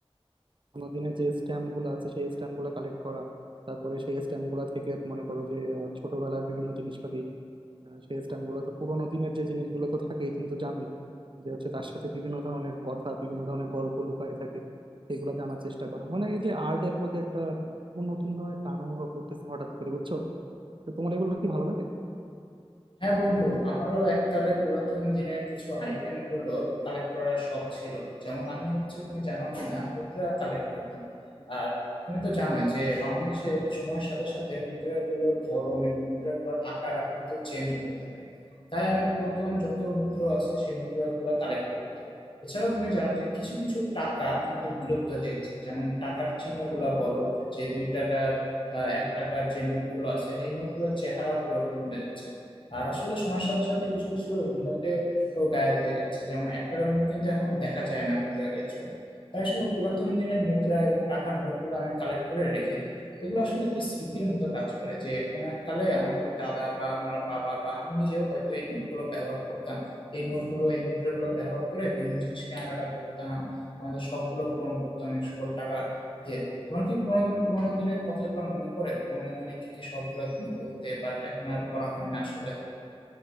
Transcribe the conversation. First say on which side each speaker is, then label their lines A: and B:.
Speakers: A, on the right; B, on the left.
A: পুরানো দিনের যে স্ট্যাম্প গুলো আছে সেই স্ট্যাম্প গুলো কালেক্ট করা তারপরে সেই স্ট্যাম্প গুলা থেকে মনে করো যে আহ, ছোটবেলার বিভিন্ন জিনিসপাতি আহ, সেই স্ট্যাম্প গুলো তো পুরোনো দিনের যে জিনিসগুলো তো থাকেই তুমি তো জানোই যে হচ্ছে তার সাথে বিভিন্ন ধরনের কথা বিভিন্ন ধরনের গল্প লুকায় থাকে সেগুলো জানার চেষ্টা করা মানে এই যে আর্টের প্রতি একটা নতুন ধরনের টান অনুভব করতেছে হঠাৎ করে বুঝছো তো তোমার এগুলো কি ভালো লাগে
B: হ্যাঁ বন্ধু আমারও এককালে পুরাতন দিনের কিছু আইটেম গুলো কালেক্ট করার শখ ছিল যেমন আমি হচ্ছে তুমি জানো কিনা মুদ্রা কালেক্ট করতাম আর তুমি তো জানোই যে বাংলাদেশের সময়ের সাথে সাথে মুদ্রাগুলোর ধরন এবং মুদ্রাগুলোর আকার আকৃতি চেঞ্জ হতে থাকে তাই আমি পুরাতন যত মুদ্রা আছে সেই মুদ্রাগুলো কালেক্ট করতাম এছাড়াও তুমি জানো যে কিছু কিছু টাকা কিন্তু বিলুপ্ত হয়ে গেছে যেমন টাকার চিহ্নগুলা বলো যে দুই টাকার আহ, এক টাকার যে নোটগুলো আছে এই নোটগুলোর চেহারা পরিবর্তন হয়ে যাচ্ছে আর আসলে সময়ের সাথে সাথে কিছু কিছু নোটে তো গায়েব হয়ে যাচ্ছে যেমন এক টাকার নোট কিন্তু এখন দেখা যায় না বলতে গেলে চলে তাই সকল পুরাতন দিনের মুদ্রা এবং টাকার নোটগুলো আমি কালেক্ট করে রেখে দিই এগুলো আসলে একটি স্মৃতির মতো কাজ করে যে কোনো এক কালে আমাদের দাদা বা আমার বাবা বা আমি নিজেও হয়তো এই নোটগুলো ব্যবহার করতাম এই নোটগুলো এই মুদ্রাগুলো ব্যবহার করে বিভিন্ন জিনিস কেনাকাটা করতাম আমাদের শখগুলো পূরণ করতাম এই সকল টাকা দিয়ে তোমার কি পুরোনো দিন পুরোনো দিনের কথাগুলো মনে পড়ে পুরোনো দিনে কি কি শখ গুলো তুমি করতে বাট এখন আর করা হয় না আসলে